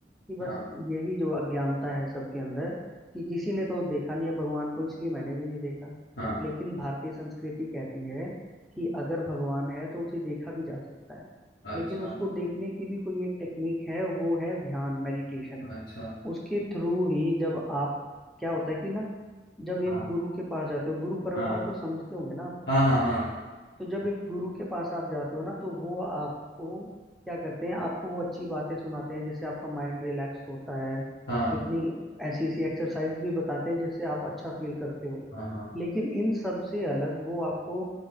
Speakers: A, in the centre; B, on the left.
A: कि बस
B: हाँ
A: यही जो अज्ञानता है सबके अंदर कि किसी ने तो देखा नहीं है भगवान को इसलिए मैंने भी नहीं देखा
B: हाँ
A: लेकिन भारतीय संस्कृति कहती है कि अगर भगवान है तो उसे देखा भी जा सकता है
B: अच्छा
A: लेकिन उसको देखने की भी कोई एक टेक्निक है वो है ध्यान मेडिटेशन
B: अच्छा
A: उसके थ्रू ही जब आप क्या होता है कि ना जब एक
B: हाँ
A: गुरु के पास जाते हो गुरु परंपरा
B: हाँ
A: तो समझते होंगे ना आप,
B: हाँ हाँ हाँ
A: तो जब एक गुरु के पास आप जाते हो ना तो वो आपको क्या करते हैं आपको वो अच्छी बातें सुनाते हैं जिससे आपका माइंड रिलैक्स होता है
B: हाँ
A: कितनी ऐसी ऐसी एक्सरसाइज भी बताते हैं जिससे आप अच्छा फील करते हो
B: हाँ हाँ
A: लेकिन इन सब से अलग वो आपको